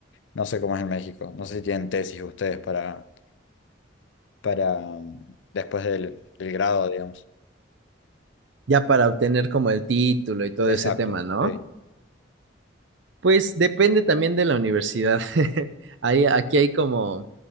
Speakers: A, on the left; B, on the right.
A: No sé cómo es en México, no sé si tienen tesis ustedes para, para mm, después del del grado, digamos.
B: Ya para obtener como el título y todo
A: Exacto,
B: ese tema, ¿no?
A: sí,
B: Pues depende también de la universidad. <laughs> Ahí, aquí hay como,